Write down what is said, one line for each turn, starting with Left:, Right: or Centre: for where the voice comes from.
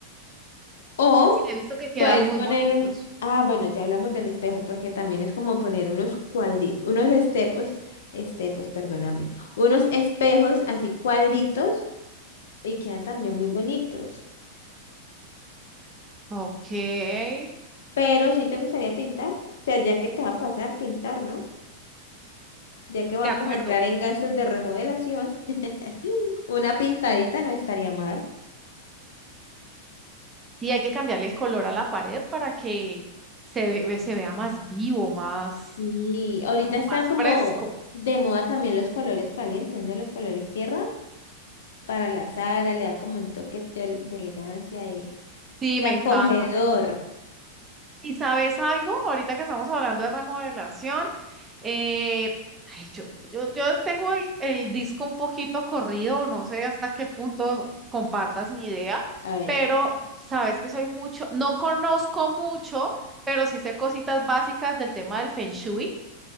Left: O
Right: Sí, he visto que quedan
Left: puedes
Right: muy
Left: poner
Right: bonitos.
Left: un... Ah, bueno, ya hablamos del espejo, porque también es como poner unos cuadri... unos estepos, estepos, perdóname, unos espejos así cuadritos y quedan también muy bonitos.
Right: Ok, de
Left: Pero si te gustaría pintar, o sea, ya que te va a pasar pintar, ¿no? Ya que vamos
Right: acuerdo.
Left: a entrar en gastos de remodelación, <laughs> una pintadita no estaría mal.
Right: Sí, hay que cambiarle el color a la pared para que se, ve- ve- se vea más vivo, más,
Left: Y ahorita
Right: como
Left: está
Right: más
Left: como
Right: fresco.
Left: de moda también los colores calientes, ¿no? Los colores tierra. para la sala, le da como un toque de, de elegancia, de,
Right: Sí,
Left: de
Right: me
Left: acogedor.
Right: encanta. me- ¿Y sabes algo? Ahorita que estamos hablando de remodelación, eh, ay, yo, yo, yo tengo el, el disco un poquito corrido, no sé hasta qué punto compartas mi idea,
Left: A ver,
Right: pero sabes que soy mucho, no conozco mucho, pero sí sé cositas básicas del tema del Feng Shui.